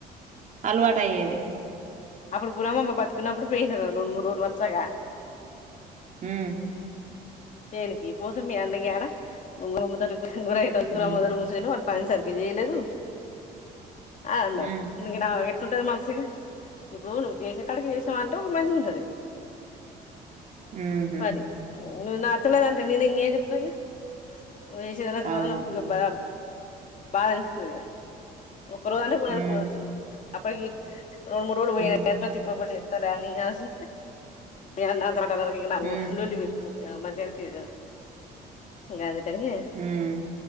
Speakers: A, on the right; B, on the left.
A: అలవాటు అయ్యేది
B: అప్పుడు గురవమ్మ బతుకున్నప్పుడు పోయిన రెండు రోజులు మూడు రోజులు వర్సాగా
A: మ్
B: తెేలికి బోు మే అన్నగాడా ను గుర గురామ
A: మ్మ్
B: ముూస పని సరిగ్గా చేయలేదు ఆ అడు
A: మ్మ్
B: ఇ ంటది మనసుకి ఇప్పుడు నువ్వు చేసే కడకి చేసావా ఒక మంచి ఉంటది
A: మ్మ్ హు
B: మది ఉన్నార్ <unintelligible> నేనేం చేసిస్తాను వష
A: అవును
B: ఆప్పుూ గ అబా <unintelligible> బాధ అనిపిస్తది గా ఒక్కరోజు అంటే పోయానికిచ్చు
A: మ్మ్
B: అప్పుడుకి రెండు మూడు రోజులు పోయినాము
A: మ్మ్
B: అంటే తిప్ప పడి తత్త లేేని అసి మీనా త అక్కడికి పోయినావు
A: మ్మ్
B: లొల్లి పెట్టుకున్నావు మంచిగా అనిపియదు కదా గదే సరేలే,
A: మ్మ్